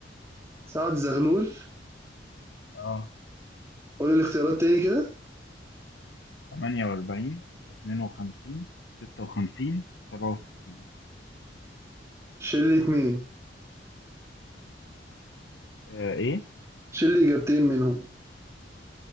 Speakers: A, on the right; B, on the left.
A: سعد زغلول
B: اه
A: قول الاختيارات تاني كده
B: 48 52 56 67
A: شيل لي اتنين
B: آه ايه
A: شيل لي اجابتين منهم